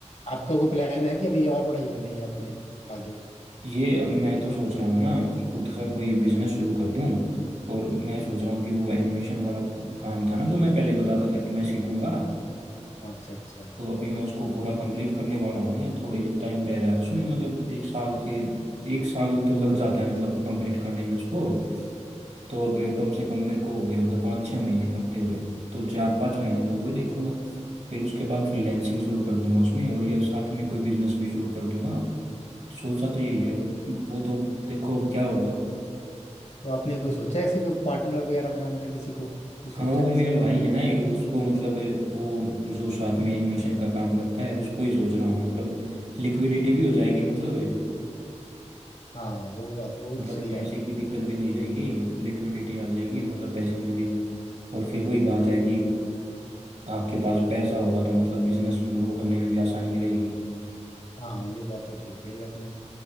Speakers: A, on the left; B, on the right.
A: आपका कोई प्लान है कि अभी और पढ़ाई करनी है अपने आगे
B: ये मैं तो सोच रहा हूँ ना कि खुद का कोई बिजनेस शुरू कर दूं और मैं सोच रहा हूँ कि वो एनिमेशन वाला काम था ना जो मैं पहले बताता था कि मैं सीखूंगा
A: अच्छा अच्छा
B: तो अभी मैं उसको पूरा कंप्लीट करने वाला हूँ मैं थोड़े टाइम रह रहा है उसमें मतलब एक साल के एक साल तो लग जाता है मतलब कंप्लीट करने में उसको तो अब कम से कम मेरे को हो गए होंगे पाँच छः महीने करते हुए तो चार पाँच महीने तो वो देखूंगा फिर उसके बाद फ्रीलैंसिंग शुरू कर दूंगा उसमें और या साथ में कोई बिजनेस भी शुरू कर दूंगा तो सोचा तो यही है वो तो देखो अब क्या होगा
A: तो आपने कोई सोचा है ऐसे कोई पार्टनर वगैरह बनाना किसी को कुछ सोचा
B: हाँ वो
A: है
B: मेरा
A: इस बार
B: भाई है ना एक उसको मतलब वो जो साथ में एनिमेशन का काम करता है उसको ही सोच रहा हूँ मतलब लिक्विडिटी भी हो जाएगी मतलब
A: हाँ वो भी बात वो तो
B: मतलब
A: सही
B: पैसे
A: आइडिया
B: की दिक्कत भी नहीं रहेगी लिक्विडिटी आ जाएगी मतलब पैसे में भी और फिर वही बात है कि आपके पास पैसा होगा तो मतलब बिजनेस में ग्रो करने में भी आसानी रहेगी
A: हाँ ये बात तो ठीक है ये आपने